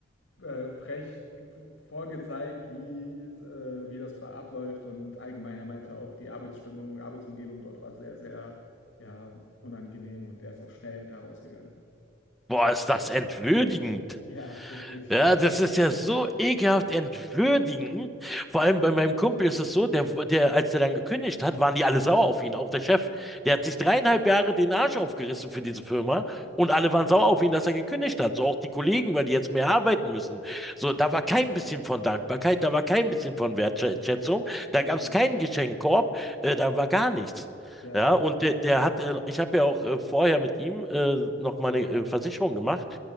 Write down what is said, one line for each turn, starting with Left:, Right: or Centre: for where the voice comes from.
Left: äh, frech ge- vorgezeigt, wie, äh, wie das da abläuft. Und allgemein, er meinte auch, die Arbeitsstimmung, Arbeitsumgebung dort war sehr, sehr, ja, unangenehm und er ist auch schnell da rausgegangen. <laughs>
Centre: Boah, ist das entwürdigend.
Left: Ja, wirklich.
Centre: Ja, das ist ja so ekelhaft entwürdigend. Vor allem bei meinem Kumpel ist es so, der, der, als der dann gekündigt hat, waren die alle sauer auf ihn, auch der Chef. Der hat sich dreieinhalb Jahre den Arsch aufgerissen für diese Firma und alle waren
Left: Ja,
Centre: sauer auf ihn, dass er gekündigt hat. So auch die Kollegen, weil die jetzt mehr arbeiten müssen. So, da war kein bisschen von Dankbarkeit, da war kein bisschen von Wertschätzung, da
Left: eben.
Centre: gab es keinen Geschenkkorb, äh, da war gar nichts.
Left: Ja,
Centre: Ja, und der, der hat, äh, ich habe ja auch äh, vorher mit ihm äh, noch meine äh, Versicherung gemacht.